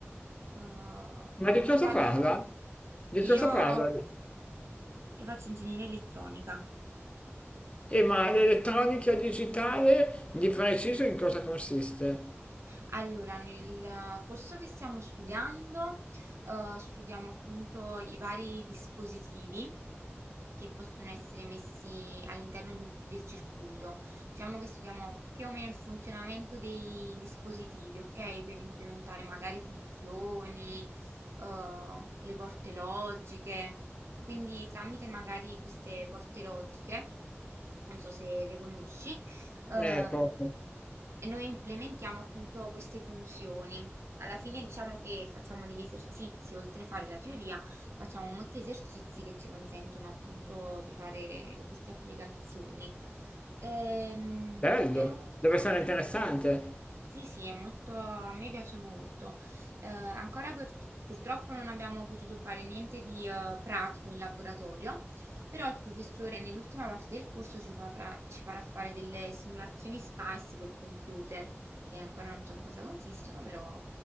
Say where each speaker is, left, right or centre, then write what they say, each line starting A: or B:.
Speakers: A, on the right (about 70°); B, on the left (about 25°).
A: Eh,
B: Ma di cosa
A: più vado
B: parla?
A: avanti.
B: Di
A: Io
B: cosa parla?
A: io faccio ingegneria elettronica.
B: E ma l'elettronica digitale di preciso in cosa consiste?
A: Allora, nel eh, corso che stiamo studiando, eh, studiamo appunto i vari dispositivi che possono essere messi all'interno di- del circuito. Diciamo che studiamo più o meno il funzionamento dei dispositivi, ok? Per implementare magari funzioni, eh, le porte logiche. Quindi tramite magari queste porte logiche, non so se le conosci, eh,
B: Eh, poco.
A: e noi implementiamo appunto queste funzioni. Alla fine diciamo che facciamo degli esercizi, oltre a fare la teoria, facciamo molti esercizi che ci consentono appunto di fare queste applicazioni. Ehm,
B: Bello.
A: però
B: Deve essere
A: sì.
B: interessante.
A: Sì, sì, è molto, a me piace molto. Eh, ancora pur- purtroppo non abbiamo potuto fare niente di eh, pratico in laboratorio, però il professore nell'ultima parte del corso ci farà, ci farà fare delle simulazioni SPICE col computer, che ancora non so in cosa consistono, però